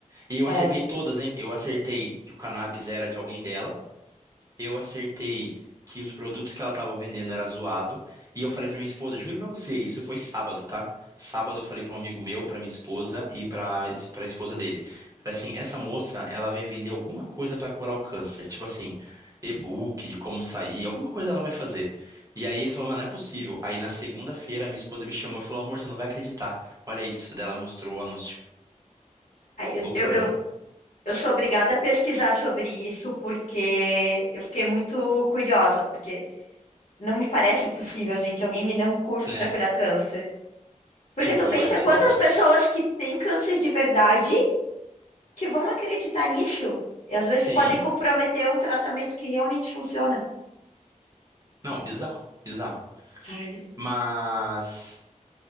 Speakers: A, on the right; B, on the left.
A: E eu
B: É.
A: acertei todas, hein? Eu acertei que o cannabis era de alguém dela eu acertei que os produtos que ela estava vendendo era zoado. E eu falei pra minha esposa, juro pra você, isso foi sábado, tá? Sábado eu falei pra um amigo meu, pra minha esposa e pra para esposa dele. Falei assim, essa moça, ela vai vender alguma coisa pra curar o câncer, tipo assim, e-book de como sair, alguma coisa ela vai fazer. E aí ele falou, mano, não é possível. Aí na segunda-feira minha esposa me chamou e falou, amor, você não vai acreditar. Olha isso. Daí ela mostrou o anúncio.
B: Aí eu,
A: Loucura,
B: eu, eu,
A: não?
B: eu sou obrigada a pesquisar sobre isso porque eu fiquei muito curiosa, porque não me parece possível, gente, alguém vender um curso
A: Né?
B: para curar câncer. Porque
A: Tipo,
B: tu pensa
A: é bizarro.
B: quantas pessoas que têm câncer de verdade que vão acreditar nisso. E às vezes
A: Sim.
B: podem comprometer um tratamento que realmente funciona.
A: Não, bizarro. Bizarro.
B: Ai, gente,
A: Mas